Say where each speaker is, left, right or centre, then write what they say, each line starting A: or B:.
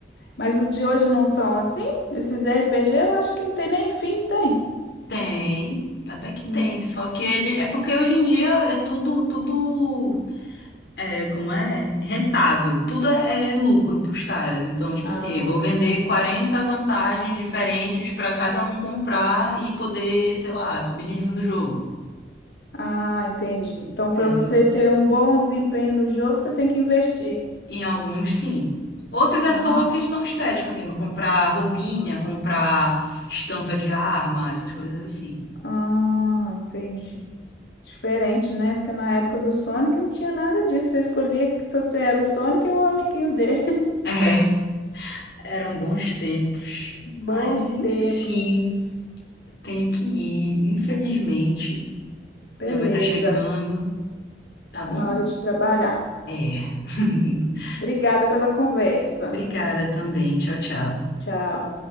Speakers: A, on the left; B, on the left.
A: mas os de hoje não são assim? Esses RPG eu acho que não tem nem fim, tem?
B: Tem, até que
A: Hum.
B: tem, só que ele é porque hoje em dia é tudo, tudo É, como é? Rentável. Tudo é, é lucro pros caras. Então, tipo
A: Ah.
B: assim, vou vender 40 vantagens diferentes pra cada um comprar e poder, sei lá, subir de nível no jogo.
A: Ah, entendi. Então, para
B: Entendeu?
A: você ter um bom desempenho no jogo, você tem que investir.
B: Em alguns, sim. Outros
A: Ah,
B: é só
A: não.
B: questão estética mesmo. Comprar roupinha, comprar estampa de arma, essas coisas assim.
A: Ah, entendi. Diferente, né? Porque na época do Sonic não tinha nada disso. Você escolhia que se você era o Sonic ou o amiguinho dele.
B: <laughs> É, eram bons tempos.
A: <laughs> Bons
B: Mas, enfim,
A: tempos.
B: tenho que ir. Infelizmente,
A: Beleza.
B: minha mãe tá chegando, tá
A: Tá
B: bom?
A: na hora de trabalhar.
B: É. <laughs>
A: Obrigada pela conversa.
B: Obrigada também. Tchau, tchau.
A: Tchau.